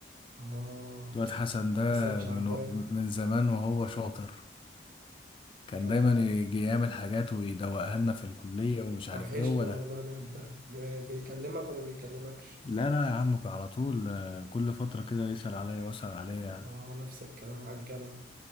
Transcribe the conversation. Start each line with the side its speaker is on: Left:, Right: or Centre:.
Right: آه
Left: الواد حسن ده
Right: حسن شعبان
Left: من و- من زمان وهو شاطر كان
Right: طب
Left: دايما يجي يعمل حاجات ويدوقها لنا في الكلية ومش عارف
Right: وحشني
Left: ايه هو
Right: والله
Left: ده
Right: الواد ده جا- بيكلمك ولا بيكلمكش
Left: لا لا يا عم على طول آه، كل فترة كده يسأل عليا واسأل عليا يعني
Right: آه نفس الكلام على الجدع